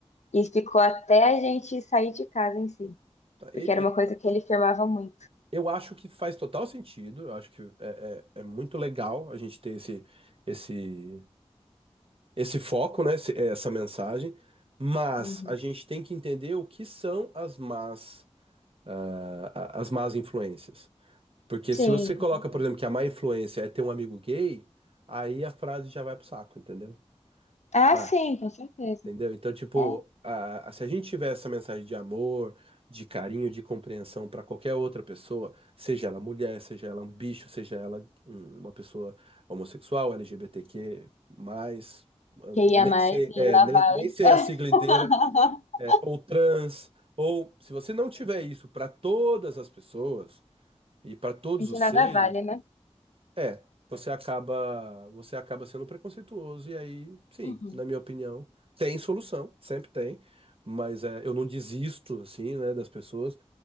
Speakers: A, on the left (about 85°); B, on the right (about 55°).
A: E ficou até a gente sair de casa em si.
B: Tá, e-
A: Porque era
B: e-
A: uma coisa que ele firmava muito.
B: Eu acho que faz total sentido, eu acho que é, é, é muito legal a gente ter esse, esse esse foco, né, esse- é, essa mensagem, mas
A: Uhum.
B: a gente tem que entender o que são as más, a- a- as más influências. Porque
A: Sim.
B: se você coloca,
A: com certeza.
B: por exemplo, que a má influência é ter um amigo gay, aí a frase já vai pro saco, entendeu? Tipo,
A: Ah,
B: ah,
A: sim, com certeza.
B: Entendeu? Então, tipo,
A: É.
B: a- a- se a gente tiver essa mensagem de amor, de carinho, de compreensão para qualquer outra pessoa, seja ela mulher, seja ela um bicho, seja ela um- uma pessoa homossexual, LGBTQ, mais, eu
A: Que
B: ne-
A: ia
B: eu nem
A: mais
B: sei, é,
A: e lá
B: nem,
A: vai.
B: nem sei
A: <laughs>
B: a sigla inteira, é, ou trans, ou se você não tiver isso para todas as pessoas e para todos
A: De
B: os
A: nada
B: seres,
A: vale, né?
B: é, você acaba, você acaba sendo preconceituoso e aí, sim,
A: Uhum,
B: na minha opinião, tem solução, sempre tem, mas é, eu não desisto assim, né, das pessoas,